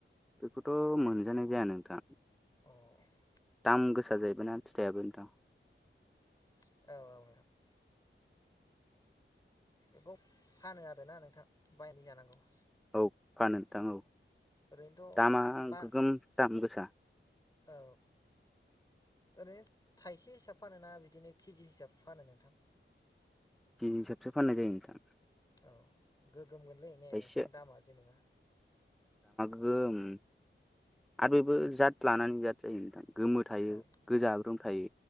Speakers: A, in the centre; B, on the left.
A: बेखौथ' मोनजानाय जाया नोंथां
B: अ औ
A: दाम गोसा सा जाहैबायना फिथाइयाबो नोंथां
B: <unintelligible> बेखौ फानो आरो ना नोंथां बायनि जानांगौ
A: औ फा नोंथां औ
B: ओरैनोथ'
A: दामा
B: बा
A: गोगोम दाम गोसा
B: औ ओरैनो थाइसे हिसाब फानो ना बिदिनो केजि हिसाब फानो नोंथां
A: केजि हिसाबसो फाननाय जायो नोंथां
B: औ गोगोमगोनलै ने
A: थाइसेया
B: नोंथां दामा जेनेबा
A: ओम आर बेबो जाद लानानै जाद जायो नोंथां गोमो थायो
B: औ
A: गोजाब्रोम थायो